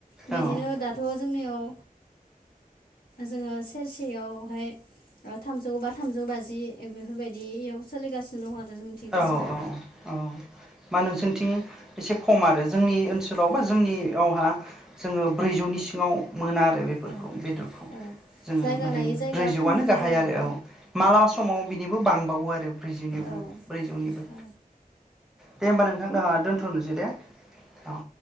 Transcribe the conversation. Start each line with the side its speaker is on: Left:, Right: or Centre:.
Left: बिदिनो
Centre: औ
Left: दाथ'। जोंनियाव जोङो सेरसेयावहाय थामजौ बा थामजौ बाजि बेफोरबायदियाव। सोलिगासिनो दं आरो। जोंनिथिं बेसेना
Centre: औ औ औ मा नोंसोरनिथिं। एसे खम आरो जोंनि
Left: औ
Centre: ओनसोलाव बा
Left: औ
Centre: जोंनियावहा। जोङो ब्रैजौनि सिङाल मोना आरो बेफोरखौ
Left: औ
Centre: बेदरखौ
Left: औ
Centre: जोङो
Left: जायगा
Centre: माने
Left: लायै जायगा
Centre: ब्रैजौआनो
Left: खम बुरजा
Centre: गाहाय
Left: जायो
Centre: आरो औ मालाबा समाव बिनिबो बांबावो आरो ब्रैजौनिबो
Left: औ
Centre: ब्रैजौनिबो
Left: औ
Centre: दे होमबा नोंथां। नोंथां दा दोनथ'नोसै दे औ।